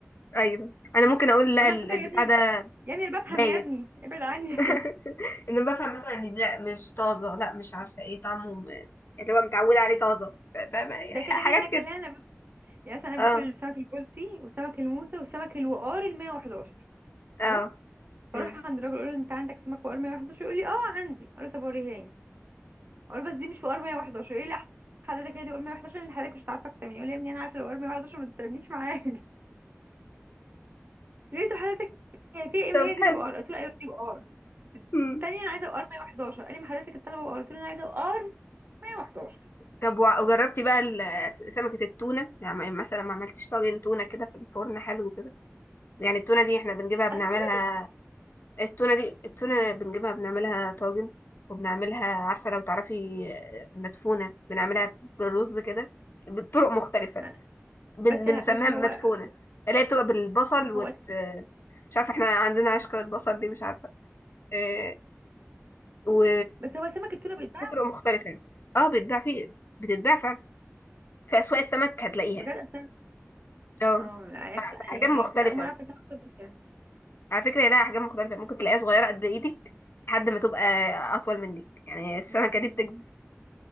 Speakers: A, on the left; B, on the right.
A: ايوه انا ممكن اقول لا
B: اقول له
A: ال-
B: على فكره
A: البتاع
B: يا ابني
A: ده
B: يا ابني انا بفهم
A: بايت
B: يا ابني ابعد عني
A: <laughs> ان أنا بفهم مثلا ان لا مش طازه لا مش عارفه ايه طعمه م- اللي هو متعوده عليه طازه ف- فاهمه
B: <laughs>
A: إيه؟
B: ده
A: ح-
B: كده كده
A: حاجات
B: لكن
A: كده
B: لا انا ب... يعني مثلا انا
A: اه
B: باكل السمك البلطي والسمك الموسى والسمك الوقار ال 111
A: اه
B: خلاص
A: مم.
B: فاروح عند الراجل اقول له انت عندك سمك وقار 111 يقول لي اه عندي اقول له طب وريهاني اقول له بس دي مش وقار 111 يقول لي لا حضرتك هي دي وقار 111 اللي حضرتك مش هتعرف اكتر مني يقول لي يا ابني انا عارفه الوقار 111 ما تستنيش معايا لقيته حضرتك هي في ام
A: طب
B: هي دي
A: حلو
B: اللي بقار قلت له ايوه دي بقار
A: مم.
B: التانية انا عايزه بقار 111 قال لي ما حضرتك الطلبه بقار قلت له انا عايزه بقار 111
A: طب وع- وجربتي بقى ال- سمكه التونه يعني مثلا ما عملتيش طاجن تونه كده في الفرن حلو كده يعني التونه دي احنا بنجيبها بنعملها
B: اصل السمك
A: التونة دي التونة بنجيبها بنعملها طاجن وبنعملها عارفة لو تعرفي آه، مدفونة بنعملها بالرز كده بطرق
B: مدفون.
A: مختلفة بن...
B: بس
A: بنسميها
B: ه- بس هو
A: مدفونة اللي هي بتبقى بالبصل
B: هو
A: وت... آه، مش عارفة احنا عندنا عشقة البصل دي مش عارفة آه، و
B: بس هو سمك التونه بيتباع
A: في طرق مختلفة يعني. اه بتتباع في بتتباع فعلا في أسواق السمك هتلاقيها
B: بجد اصلا
A: اه
B: اه لا انا كنت
A: أحجام
B: يعني
A: مختلفة
B: كنت اول ما اعرف ان سمك التونة بيتباع
A: على فكرة لها أحجام مختلفة ممكن تلاقيها صغيرة قد إيدك لحد ما تبقى أطول منك يعني السمكة
B: آه.
A: دي بتكبر